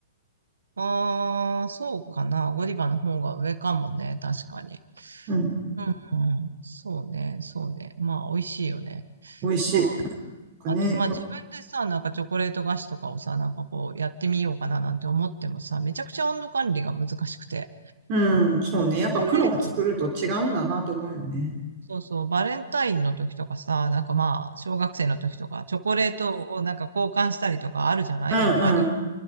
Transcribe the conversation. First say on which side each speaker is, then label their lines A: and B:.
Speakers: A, on the right; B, on the right.
A: ああー、そうかな。ゴディバの方が上かもね。確かに。
B: うん、
A: うん、うんそうね、そうね。まあ美味しいよね。
B: 美味しい。
A: まあ、
B: なんかね、
A: あと、まあ自分でさ、なんかチョコレート菓子とかをさ、なんかこうやってみようかななんて思ってもさ、めちゃくちゃ温度管理が難しくて。
B: うん、そうね。
A: チョコレートっ
B: やっぱプロが作ると違うんだなと思うよね。
A: そうそう、バレンタインの時とかさ、なんかまあ、小学生の時とか、チョコレートをなんか交換したりとかあるじゃないやっぱり。
B: うんうん。